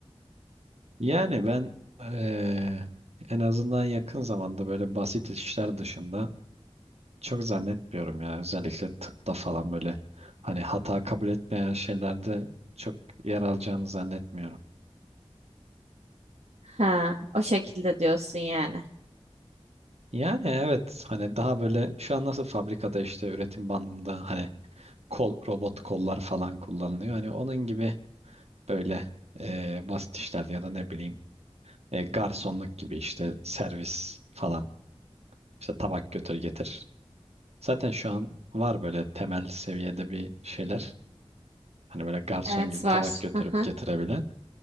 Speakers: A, on the right; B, on the right.
A: Yani ben eee, en azından yakın zamanda böyle basit işler dışında çok zannetmiyorum ya. Özellikle tıpta falan böyle hani hata kabul etmeyen şeylerde çok yer alacağını zannetmiyorum.
B: Ha, o şekilde diyorsun yani.
A: Yani evet hani daha böyle şu an nasıl fabrikada işte üretim bandında hani kol robot kollar falan kullanılıyor. Hani onun gibi böyle eee, basit işlerde ya da ne bileyim eee, garsonluk gibi işte servis falan işte tabak götür getir Zaten şu an var böyle temel seviyede bir şeyler. Hani böyle garson
B: Evet
A: gibi tabak
B: var.
A: götürüp
B: Hı hı,
A: getirebilen.